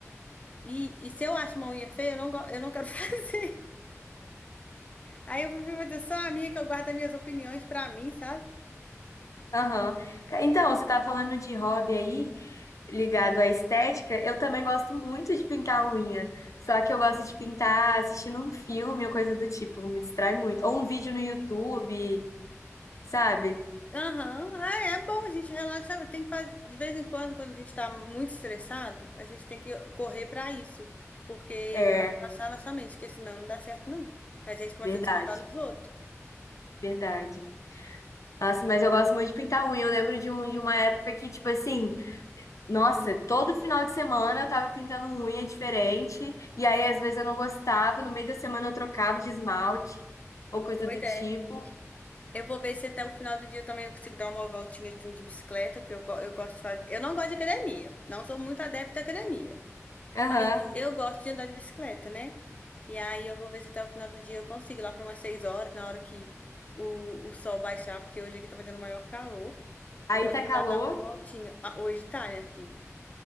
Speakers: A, on the left; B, on the left.
A: E, e se eu acho uma unha feia, eu não, go- eu não quero <laughs> fazer. Aí eu prefiro fazer só a minha, que eu guardo as minhas opiniões pra mim, sabe?
B: Aham. Então, você tava falando de hobby aí, ligado à estética. Eu também gosto muito de pintar unha. Só que eu gosto de pintar assistindo um filme ou coisa do tipo, me distrai muito. Ou um vídeo no YouTube, sabe?
A: Aham, Ah, é bom, a gente relaxa, tem que fazer, de vez em quando, quando a gente tá muito estressado, a gente tem que correr pra isso, porque
B: É,
A: pra relaxar nossa mente, porque senão não dá certo não. A gente começa
B: verdade.
A: a descontar nos outros.
B: Verdade. Nossa, mas eu gosto muito de pintar unha. Eu lembro de, um, de uma época que, tipo assim, nossa, todo final de semana eu tava pintando unha diferente. E aí, às vezes, eu não gostava. No meio da semana eu trocava de esmalte ou coisa
A: Pois
B: do tipo.
A: é. Eu vou ver se até o final do dia eu também eu consigo dar uma voltinha assim, de bicicleta, porque eu, go- eu gosto de fazer. Eu não gosto de academia, não sou muito adepta à academia.
B: Aham.
A: Mas eu gosto de andar de bicicleta, né? E aí eu vou ver se até o final do dia eu consigo, lá para umas 6 horas, na hora que o, o sol baixar, porque hoje aqui tá fazendo maior calor.
B: Aí
A: Eu vou
B: tá
A: tentar
B: calor.
A: dar uma voltinha. Ah, hoje tá, minha filha.